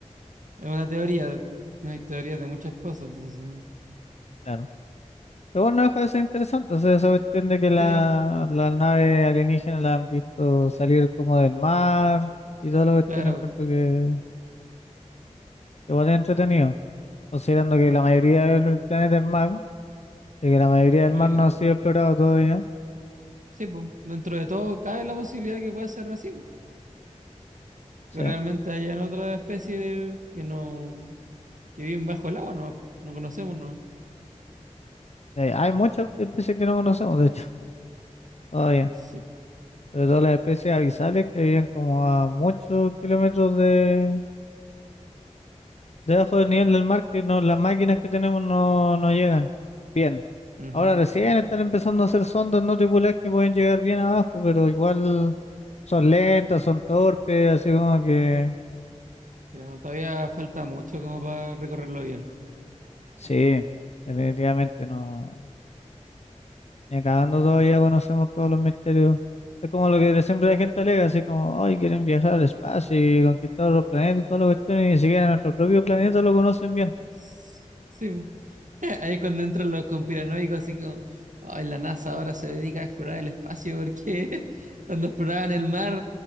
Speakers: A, on the right; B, on the left.
A: Es una teoría, no hay teorías de muchas cosas, entonces,
B: claro. Pero bueno, no deja de ser interesante. O sea, esa cuestión de que
A: sí,
B: la, la nave alienígena la han visto salir como del mar y toda la cuestión,
A: claro,
B: encuentro que que igual es entretenido. Considerando que la mayoría del planeta es mar y que la mayoría del
A: creo
B: mar no
A: que-
B: ha sido explorado todavía.
A: sí, pues, dentro de todo cabe la posibilidad que pueda ser así, po,
B: Sí.
A: que realmente hayan otra especie que no, que viven bajo el agua, no, no conocemos, no,
B: Eh, hay muchas especies que no conocemos, de hecho, todavía.
A: sí,
B: Pero todas las especies abisales que viven como a muchos kilómetros de Debajo del nivel del mar que no, las máquinas que tenemos no, no llegan bien.
A: ujú.
B: Ahora recién están empezando a hacer sondas no tripuladas que pueden llegar bien abajo, pero igual son lentas, son torpes, así como que
A: Ya, todavía falta mucho como para recorrerlo bien.
B: sí, definitivamente no. Ni cagando todavía conocemos todos los misterios. Es como lo que siempre la gente alega, así como, hoy quieren viajar al espacio y conquistar otros planetas y todas las cuestiones, y ni siquiera nuestro propio planeta lo conocen bien.
A: Sí, <laughs> Ahí es cuando entran los conspiranoicos, así como, ay, la NASA ahora se dedica a explorar el espacio porque <laughs> cuando exploraban el mar